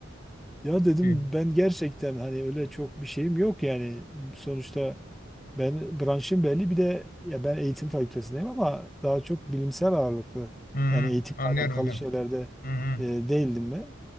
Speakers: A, in the centre; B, on the left.
A: Ya dedim
B: hı
A: ben gerçekten hani öyle çok bir şeyim yok yani sonuçta ben branşım belli bir de ya ben eğitim fakültesindeyim ama daha çok bilimsel ağırlıklı
B: hı
A: yani eğitimle
B: anlıyorum
A: alakalı
B: hocam
A: şeylerde
B: hı hı
A: e, değildim ben.